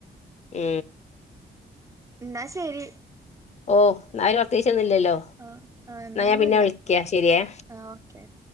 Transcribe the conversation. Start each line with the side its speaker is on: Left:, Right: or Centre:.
Left: മ്
Right: എന്നാ ശരി
Left: ഓഹ് എന്നാ അയ്ല് പ്രത്യേകിച്ച്
Right: ഓ
Left: ഒന്നു ഇല്ലല്ലൊ
Right: ആ ആ
Left: എന്നാ ഞാൻ
Right: ഒന്നുല്ല
Left: പിന്നെ വിളിക്ക്യാ ശെരിയേ
Right: ആ ഓക്കെ ഓക്കെ